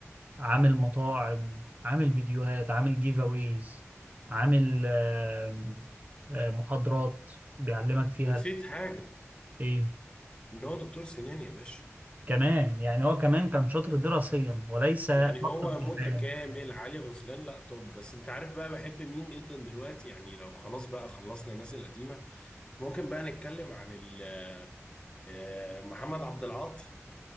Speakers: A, on the right; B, on the left.
A: عامل مطاعم عامل فيديوهات عامل جيف اويز عامل آه آه محاضرات بيعلمك فيها
B: نسيت حاجة
A: ايه
B: ان هو دكتور سنان يا باشا
A: كمان يعني هو كمان كان شاطر دراسيا وليس فقط
B: يعني هو
A: في الحياه
B: متكامل علي غزلان لا طب بس انت عارف بقى بحب مين جدا دلوقتي يعني لو خلاص بقى خلصنا الناس القديمة ممكن بقى نتكلم عن ال- آه، محمد عبد العاطي